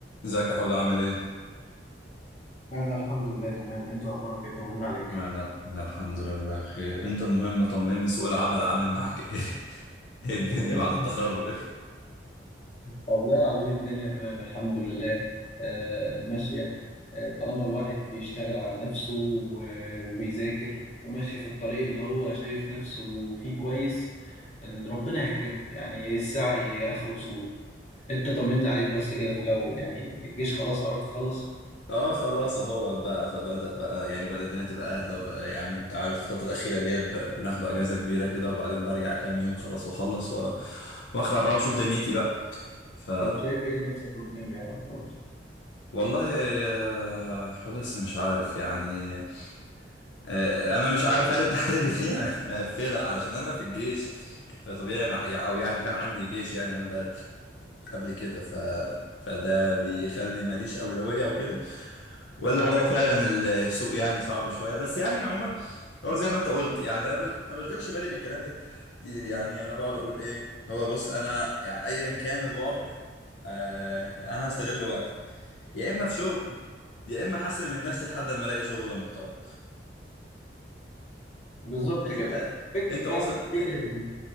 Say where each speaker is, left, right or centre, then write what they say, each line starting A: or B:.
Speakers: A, on the left; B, on the left.
A: ازيك يا حود عامل ايه؟
B: أنا الحمد لله تمام، أنت أخبارك إيه؟ طمنا عليك.
A: انا انا الحمد لله بخير انت المهم طمني سوق العمل عامل معاك ايه؟ <laughs> ايه الدنيا
B: <laughs>
A: بعد التخرج؟
B: والله العظيم الدنيا تمام الحمد لله آه ماشية آه طالما الواحد بيشتغل على نفسه و- وبيذاكر وماشي في الطريق اللي هو شايف نفسه فيه كويس إن ربنا هيكرمه يعني السعي آخره سهولة أنت طمنا عليك بس كده في الأول يعني الجيش خلاص قربت تخلص
A: اه خلاص اهوت بقى فبدأ بقى يعني بدأ الدنيا تبقى اهدى وبقى يعني انت عارف الفترة الأخيرة ديت ب- بناخد اجازة كبيرة كده وبعدين برجع كام يوم خلاص واخلص و... واخلع بقى واشوف دنيتي بقى ف
B: طب شايف إيه لنفسك قدام يا محمود؟
A: والله آه، حود لسه مش عارف يعني آه، انا مش عارف هل التحرير دي <laughs> مقفله علشان انا في الجيش فطبيعي ما يعني او يعني كان عندي جيش يعني وانا بقى قبل كده ف فده بيخلي ماليش اولويه وكده ولا هو فعلا السوق يعني صعب شويه بس يعني عموما هو زي ما انت قلت يعني انا بش- ما بشغلش بالي بالكلام ده كتير يعني انا بقعد اقول ايه هو بص انا يعني ايا كان الوضع آه انا هستغل وقتي يا اما في شغل يا اما احسن من نفسي لحد ما الاقي شغل محترم
B: بالظبط
A: انت
B: كده. فكرة
A: انت واصل
B: بقى فكرة
A: اه،
B: إن